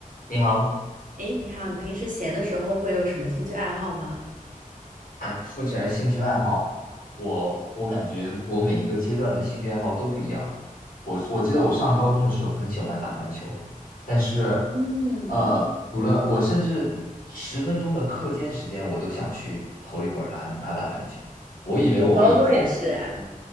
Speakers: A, on the left (about 75°); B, on the right (about 65°).
A: 你好，
B: 哎，你好，你平时闲的时候会有什么兴趣爱好吗？
A: 哎，说起来兴趣爱好，我我感觉我每一个阶段的兴趣爱好都不一样。我我记得我上高中的时候很喜欢打篮球，但是，
B: 嗯，
A: 呃，读了我甚至十分钟的课间时间，我都想去投一会儿篮，打打篮球。我以为我以后，
B: 我高中也是啊，